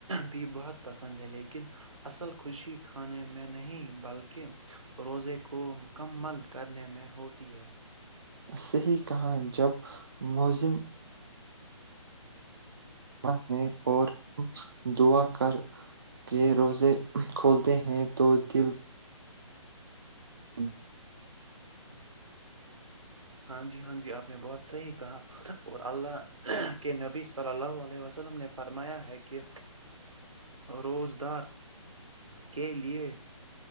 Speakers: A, on the right; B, on the right.
A: بھی بہت پسند ہے لیکن اصل خوشی کھانے میں نہیں بلکہ روزے کو مکمل کرنے میں ہوتی ہے
B: صحیح کہانی جب موذن کنا ہے اور ہم دعا کر کے روزے کھولتے ہیں تو دل جی
A: ہاں جی ہاں جی آپ نے بہت صحیح کہا اور اللہ کے نبی صلی اللہ علیہ وسلم نے فرمایا ہے کہ روزگار کے لیے